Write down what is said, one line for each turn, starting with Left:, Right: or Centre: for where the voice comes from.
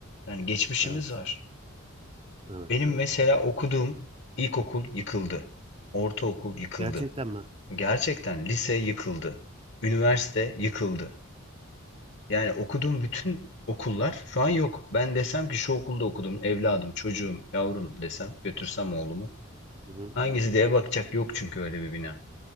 Left: Yani geçmişimiz
Right: Evet.
Left: var.
Right: Evet.
Left: Benim Evet. mesela okuduğum ilkokul yıkıldı. Ortaokul yıkıldı.
Right: Gerçekten mi?
Left: Gerçekten lise yıkıldı. Üniversite yıkıldı. Yani okuduğum bütün okullar şu an yok. Ben desem ki şu okulda okudum, evladım, çocuğum, yavrum desem, götürsem oğlumu.
Right: Hı hı.
Left: Hangisi diye bakacak yok çünkü öyle bir bina.